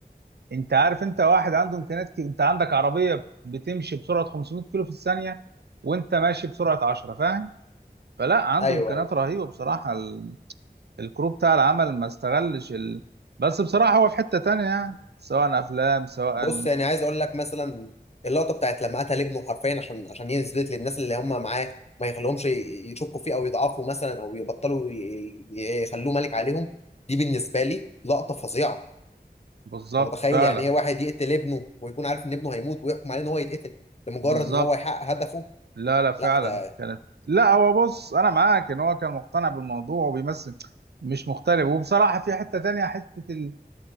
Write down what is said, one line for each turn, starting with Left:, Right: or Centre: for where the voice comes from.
Right: انت عارف انت واحد عنده امكانيات كي... انت عندك عربيه بتمشي بسرعه 500 كيلو في الثانيه وانت ماشي بسرعه 10 فاهم فلا عنده
Left: ايوه
Right: امكانيات
Left: ايوه
Right: رهيبه بصراحه ال... الكروب بتاع العمل ما استغلش ال... بس بصراحه هو في حته تانيه يعني سواء افلام سواء
Left: بص يعني عايز اقول لك مثلا اللقطه بتاعت لما قتل ابنه حرفيا عشان عشان يثبت للناس اللي هم معاه ما يخليهمش ي- يشكوا فيه او يضعفوا مثلا او يبطلوا ي- ي- يخلوه ملك عليهم دي بالنسبه لي لقطه فظيعه
Right: بالظبط
Left: انت متخيل
Right: فعلا
Left: يعني ايه واحد يقتل ابنه ويكون عارف ان ابنه هيموت ويحكم عليه ان هو يتقتل لمجرد
Right: بالظبط
Left: ان هو يحقق هدفه
Right: لا لا فعلا
Left: لا ده
Right: كانت لا هو بص انا معاك ان هو كان مقتنع بالموضوع وبيمثل مش مختلف وبصراحه في حته تانية حته ال-